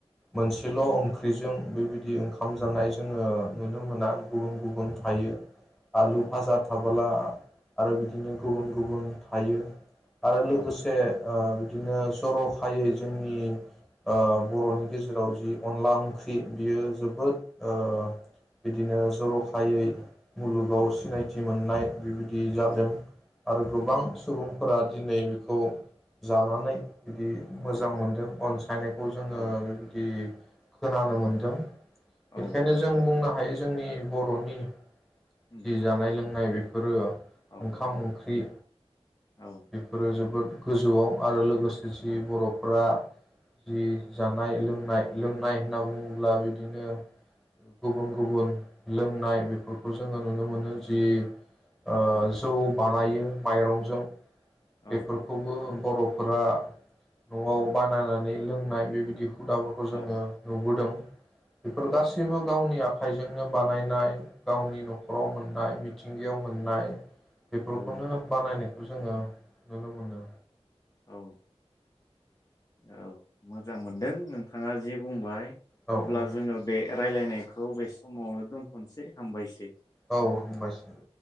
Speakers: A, in the centre; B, on the left.
A: मोनसेल'
B: औ
A: ओंख्रिजों। बेबायदि ओंखाम जानाय जोङो नुनो मोना गुबुन गुबुन थायो। आलु
B: औ
A: फाजा थाबोला आरो बिदिनो गुबुन गुबुन थायो। आरो
B: औ
A: लोगोसे। ओ बिदिनो जर'खायै जोंनि ओ बर' नि गेजेराव जि अनला ओंख्रि बियो जोबोद ओ बिदिनो जर'खायै। मुलुगाव
B: उम
A: सिनायथि मोननाय बेबायदि जादों।
B: औ
A: आरो गोबां
B: औ
A: सुबुंफोरा दिनै बेखौ जानानै बिदि
B: औ
A: मोजां मोनदों अनसायनायखौ जोङो
B: औ
A: बेबायदि खोनानो मोनदों।
B: औ
A: बेनिखायनो जों बुंनो हायो जोंनि बर'नि
B: उम
A: जि जानाय लोंनाय बेफो फोरो
B: औ
A: ओंखाम ओंख्रि
B: औ
A: बेफोरो जोबोद गोजौआव आरो लोगोसे
B: औ
A: बर'फोरा जि जानाय लोंनाय-लोंनाय होनना बुङोब्ला बिदिनो गुबुन-गुबुन लोंनाय बेफोरखौ जोङो नुनो मोनो जि ओ
B: औ
A: जौ बानायो माइरंजों
B: औ
A: बेफोरखौबो बर'फोरा न'आव बानायनानै लोंनाय बेबायदि हुदाफोरखौ जोङो
B: औ
A: नुबोदों। बेफोर गासैबो गावनि आ खाइजोंनो बानायनाय। गावनि न'खराव मोननाय। मिथिंगायाव मोननाय बेफोरखौनो
B: औ
A: बानायनो जोङो नुनो मोनो
B: औ औ मोजां मोनदों नोंथाङा जे बुंबाय
A: औ
B: अब्ला
A: औ
B: जोङो बे रायलायनायखौ बे समाव नोदोनथनोसेै हामबायसै।
A: औ हामबायसै।